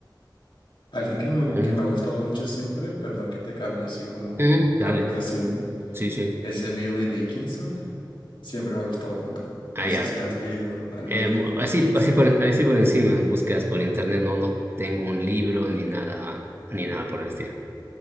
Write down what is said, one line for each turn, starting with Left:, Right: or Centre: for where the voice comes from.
Left: Alguien que me,
Right: Muy
Left: que
Right: lindo.
Left: me ha gustado mucho siempre, perdón que te cambie así como
Right: Mm,
Left: la
Right: dale,
Left: ubicación,
Right: sí, sí.
Left: es Emily Dickinson. Siempre me ha gustado un montón.
Right: Ah,
Left: No
Right: ya.
Left: sé si has leído algo
Right: Em,
Left: de Emily
Right: así,
Left: Dickinson.
Right: así por, así por encima, en búsquedas por internet, no, no tengo un libro ni nada, ni nada por el estilo.